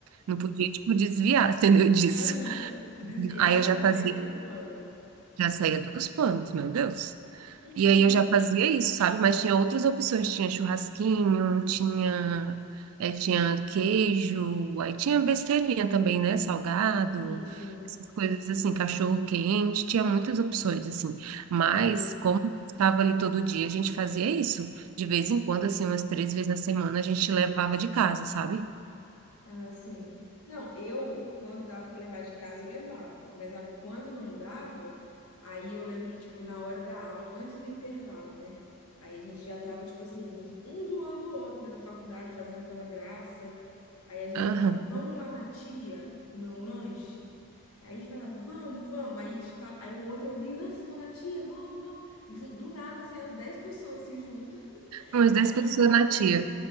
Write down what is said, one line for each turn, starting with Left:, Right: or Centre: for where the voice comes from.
Right: não podia, tipo, desviar, <laughs> entendeu? Disso.
Left: aham. Se desviasse,
Right: Aí eu já
Left: já
Right: fazia,
Left: saía do plano.
Right: já saía dos planos, meu Deus.
Left: <laughs>
Right: E aí eu já fazia isso, sabe? Mas tinha outras opções, tinha churrasquinho, tinha, eh, tinha queijo, aí tinha besteirinha também, né? Salgado,
Left: Sim, sim.
Right: essas coisas assim, cachorro quente, tinha muitas opções, assim. Mas
Left: Ai,
Right: como estava ali todo dia, a gente fazia isso. De vez em quando, assim, umas três vezes na semana, a gente levava de casa, sabe?
Left: Ah, sim. Não, eu, quando dava pra levar de casa, eu levava. Mas a- quando não dava, aí eu lembro que, tipo, na hora da aula, antes do intervalo, né? Aí a gente já tava, tipo assim, um zoando o outro, né? Na faculdade, fazendo aquela graça. Aí a gente
Right: Aham.
Left: falava, vamos lá na tia comer um lanche. Aí falava, vamos, vamos. Aí, fa- aí o outro ouvia, "Ah, vocês vão na tia, vamos, vamos. E jun- do nada, assim, umas 10 pessoas, assim, junto. <laughs>
Right: Umas dez
Left: Aí juntava
Right: pessoas na
Left: aquele
Right: tia.